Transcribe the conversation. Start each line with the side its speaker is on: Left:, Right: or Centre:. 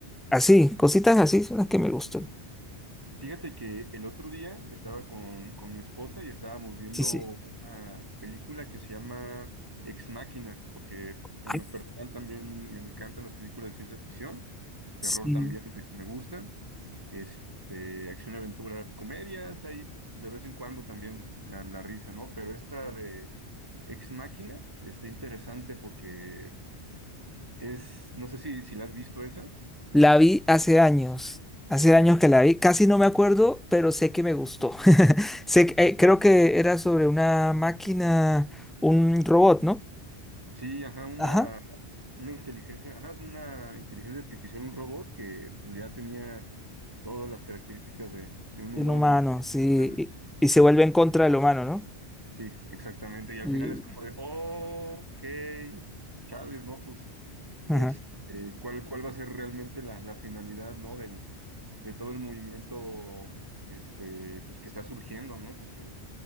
Centre: así, cositas así son las que me gustan.
Right: Fíjate que el otro día estaba con, con mi esposa y estábamos viendo
Centre: Sí, sí.
Right: una película que se llama Ex Máquina, porque en
Centre: Ah,
Right: lo personal también me encantan las películas de ciencia ficción, terror
Centre: Sí.
Right: también me, me gusta, este, acción, aventura, comedias, hay de vez en cuando también la, la risa, ¿no? Pero esta de Ex Máquina está interesante porque es, no sé si, si la has visto esa.
Centre: La vi hace años, hace
Right: ya
Centre: años que la vi, casi no me acuerdo, pero sé que me gustó. <laughs> Sé, que- eh, creo que era sobre una máquina, un robot, ¿no?
Right: Sí, ajá, una,
Centre: Ajá,
Right: una inteligencia, ajá, es una inteligencia artificial, un robot que pues ya tenía todas las características de, de un
Centre: un
Right: humano.
Centre: humano, sí,
Right: ¿no?
Centre: y, y se vuelve en contra del humano, ¿no?
Right: Sí, exactamente. Y al
Centre: Y-
Right: final es como de, "Oh, ok, chales, ¿no? Pues,
Centre: ajá.
Right: este, ¿cuál, cuál va a ser realmente la, la finalidad, ¿no? Del, de todo el movimiento, este, pues que está surgiendo, ¿no? Porque